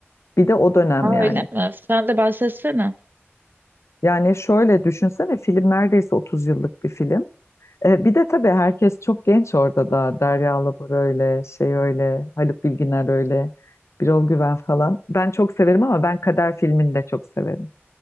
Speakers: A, on the left; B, on the right.
A: Bir de o dönem
B: Aa,
A: yani.
B: öyle mi? Sen de bahsetsene.
A: Yani şöyle düşünsene film neredeyse 30 yıllık bir film. Ee, bir de tabii herkes çok genç orada da. Derya Alabor öyle, şey öyle, Haluk Bilginer öyle, Birol Güven falan. Ben çok severim ama ben Kader filmini de çok severim.